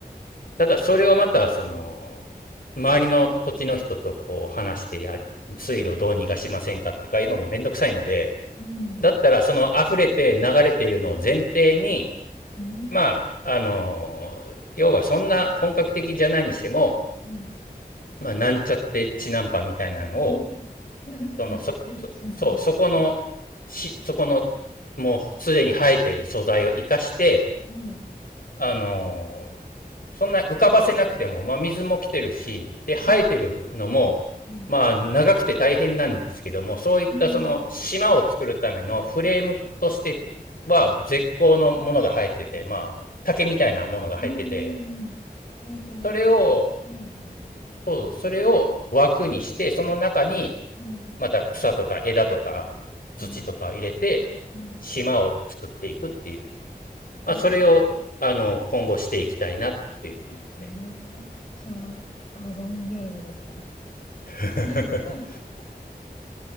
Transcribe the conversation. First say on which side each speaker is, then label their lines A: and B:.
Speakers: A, on the left; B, on the left.
A: ただそれをまたその、周りの土地の人とこう話して、や水路どうにかしませんかっかいうのもめんどくさいので、
B: うん。
A: だったらその溢れて流れているのを前提に、
B: う
A: まあ、あのー要はそんな本格的じゃないにしても、
B: ん。
A: まあ、なんちゃってチナンパみたいなのを、
B: うんなっちゃって、
A: その、そ、そ、
B: ちなま。
A: そう、そこの、し、そこの、もうすでに生えている素材を活かして、
B: はい。
A: あのーそんな浮かばせなくても、まあ、水も来てるし、で、生えてるのも、
B: うん。うん。
A: まあ、長くて大変なんですけども、そういったその島を作るためのフレームとしては絶好のものが生えてて、
B: うん。
A: まあ、竹みたいなものが生えてて、
B: うんうんうん。成長が早くて、
A: それを、
B: みたいなことですか
A: そう、それを枠にして、その中に
B: うん、
A: また草とか枝とか土とか入れて、
B: うん、うん。
A: 島を作っていくっていう。
B: えー、
A: まあ、それを、あの、今後していきたいなっていう感じですね。
B: めちゃくちゃアバンギャルドでした。
A: <laughs>
B: <laughs>